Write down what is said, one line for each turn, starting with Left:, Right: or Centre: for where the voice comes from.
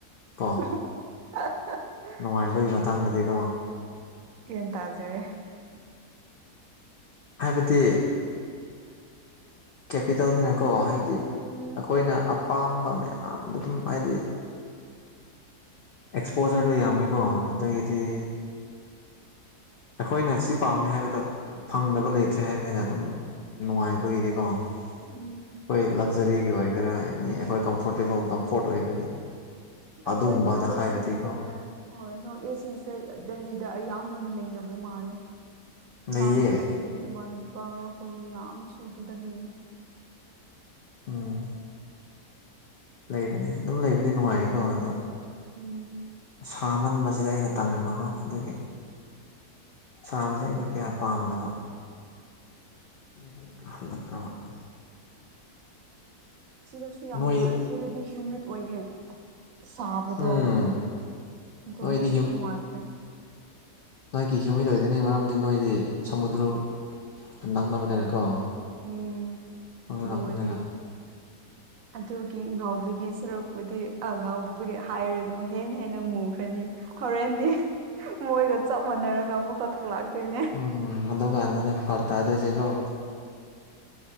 Right: <unintelligible>
Left: ꯀꯣ ꯅꯨꯡꯉꯥꯏꯕꯒꯤ ꯃꯇꯥꯡꯗꯗꯤꯀꯣ
Right: ꯟ ꯇꯥꯖꯔꯦ
Left: ꯍꯥꯏꯕꯗꯤ ꯀꯦꯄꯤꯇꯦꯜꯅꯤꯅꯀꯣ ꯍꯥꯏ ꯍꯥꯏꯗꯤ
Right: ꯎꯝ
Left: ꯑꯩꯈꯣꯏꯅ ꯑꯄꯥꯝꯕ ꯃꯌꯥꯝꯗ ꯑꯗꯨꯝ ꯍꯥꯏꯗꯤ ꯑꯦꯛꯁꯄꯣꯖꯔꯗꯨꯣ ꯌꯥꯝꯃꯦꯀꯣ ꯑꯗꯨꯗꯒꯤꯗꯤ
Right: ꯎꯝ
Left: ꯑꯩꯈꯣꯏꯅ ꯁꯤ ꯄꯥꯝꯃꯦ ꯍꯥꯏꯕꯗ ꯐꯪꯗꯕ ꯂꯩꯇ꯭ꯔꯦ ꯍꯥꯏꯕꯅꯤꯅ ꯑꯗꯨꯝ ꯅꯨꯡꯉꯥꯏꯕꯒꯤꯗꯤꯀꯣ ꯑꯩꯈꯣꯏ
Right: ꯎꯝ
Left: ꯂꯛꯖꯔꯤꯒꯤ ꯑꯣꯏꯒꯦꯔꯥ ꯑꯦꯅꯤ ꯑꯩꯈꯣꯏ ꯀꯝꯐꯣꯔꯇꯦꯕꯜ ꯀꯝꯐꯣꯔꯠ ꯑꯣꯏꯕꯒꯤ
Right: ꯑꯩꯈꯣꯏ
Left: ꯑꯗꯨꯒꯨꯝꯕꯗ
Right: ꯅꯣꯔꯠ ꯏꯁ
Left: ꯍꯥꯏꯔꯗꯤꯀꯣ
Right: ꯁꯤꯡꯁꯦ ꯍꯣꯏ ꯅꯣꯔꯠ ꯏꯁꯁꯤꯡꯦ ꯦ ꯗꯦꯜꯂꯤꯗ ꯑꯌꯥꯝꯕꯅ ꯂꯩꯅꯕ ꯃꯥꯜꯂꯦ ꯏꯃꯥꯟꯅꯕꯤ
Left: ꯂꯩꯌꯦ
Right: ꯃꯅꯄꯥ ꯍꯣꯏ ꯃꯤ ꯌꯥꯝ ꯁꯨꯖꯨꯗ ꯂꯩ
Left: ꯎꯝ ꯂꯩꯕꯅꯦ ꯑꯗꯨꯝ ꯂꯩꯕꯗꯤ ꯅꯨꯡꯉꯥꯏꯌꯦꯀꯣ ꯑꯗꯣ
Right: ꯎꯝ
Left: ꯁꯥꯃꯟꯕꯁꯤꯗ ꯑꯩꯅ ꯇꯟꯕꯀꯣ ꯑꯗꯨꯒꯤ ꯁꯥꯕꯁꯦ ꯑꯩꯅ ꯀꯌꯥ ꯄꯥꯝꯗꯕ ꯗꯒꯤ ꯀꯍꯂ꯭ꯔ <inaudible>
Right: ꯁꯤꯗꯁꯨ ꯌꯥꯝ
Left: ꯅꯣꯏ
Right: ꯐꯔꯦ ꯁꯤꯗꯗꯤ ꯁꯃꯤꯠ ꯑꯣꯏꯌꯦ ꯁꯥꯕꯗꯣ
Left: ꯎꯝ
Right: ꯑꯗꯨꯒꯤ
Left: ꯅꯣꯏꯗꯤ
Right: ꯅꯨꯡꯉꯥꯏꯇꯦ
Left: ꯃꯥꯒꯤ ꯍ꯭ꯌꯨꯃꯤꯠ ꯑꯣꯏꯒꯅꯤ ꯃꯔꯝꯗꯤ ꯅꯣꯏꯗꯤ ꯁꯃꯨꯗ꯭ꯔ ꯅꯛꯅꯕꯅꯤꯅꯀꯣ
Right: ꯎꯝ
Left: ꯁꯃꯨꯗ꯭ꯔ
Right: ꯂꯣꯏꯔꯦ
Left: ꯅꯛꯅꯕꯅꯤꯅ
Right: ꯑꯗꯨꯒꯤ ꯉꯥꯎꯕꯒꯤ ꯁꯔꯨꯛꯄꯨꯗꯤ ꯉꯥꯎꯕꯒꯤ ꯍꯥꯏꯔꯣꯏꯗꯣ ꯍꯦꯟꯅ ꯍꯦꯟꯅ ꯃꯨꯈ꯭ꯔꯅꯤ ꯍꯣꯔꯦꯟꯗꯤ ꯃꯣꯏꯒ ꯆꯞ ꯃꯥꯟꯅꯔꯒ ꯑꯃꯨꯛꯒ ꯊꯣꯛꯂꯥꯛꯇꯣꯏꯅꯦ
Left: ꯎꯝ ꯑꯗꯨ ꯀꯥꯟꯗꯅꯦ ꯐꯔꯛ ꯇꯥꯗꯣꯏꯁꯦꯀꯣ